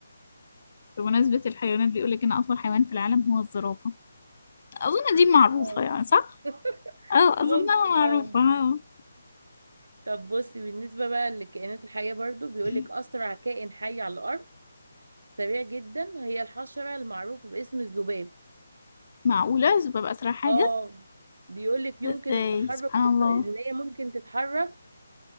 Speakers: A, on the left; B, on the right.
A: بمناسبة الحيوانات بيقولك ان اطول حيوان في العالم هو الزرافة اظن دي معروفة
B: اه
A: يعني صح؟
B: <laughs>
A: اه اظنها
B: ممكن
A: معروفة
B: اه
A: اه
B: طب بصي بالنسبة بقى للكائنات الحية برضو بيقولك
A: <laughs>
B: أسرع كائن حي على الأرض سريع جدا هي الحشرة المعروفة باسم الذباب
A: معقولة ببقى اسرع حاجة
B: اه بيقول لك
A: ده
B: يمكن
A: ازاي
B: التحرك
A: سبحان
B: بس-
A: الله
B: ان هي ممكن تتحرك